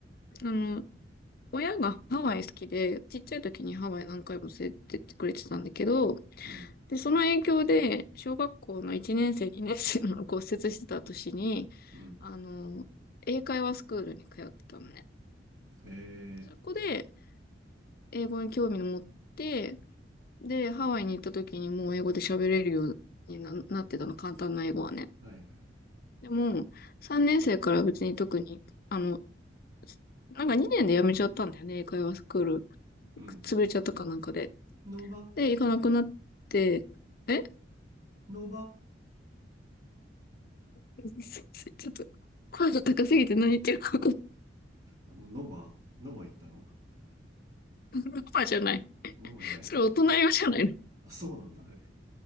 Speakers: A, on the left; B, on the right.
A: の、親がハワイ好きで、ちっちゃい時にハワイ何回も連れてってくれてたんだけど、
B: うん
A: で、その影響で、小学校の1年生、2年生の骨折してた年に、
B: うん
A: あの、英会話スクールに通ってたのね。
B: へえ
A: そこで、英語に興味を持って、で、ハワイに行った時にもう英語で喋れるようにな、なってたの、簡単な英語はね。
B: はいはいはい
A: でも、3年生から別に特に、あの、なんか2年で辞めちゃったんだよね、英会話スクール。
B: うんうん
A: 潰れちゃったかなんかで。
B: ノーバ
A: で、行かなくなって、え
B: ノーバ
A: <laughs> ちょっと、声が高すぎて何言ってるか分かんない。
B: あの、ノバノバ行ったの
A: <laughs> パパじゃない。
B: ノバじゃないのか。
A: それ大人用じゃないの。
B: あ、そうなんだ、あれ。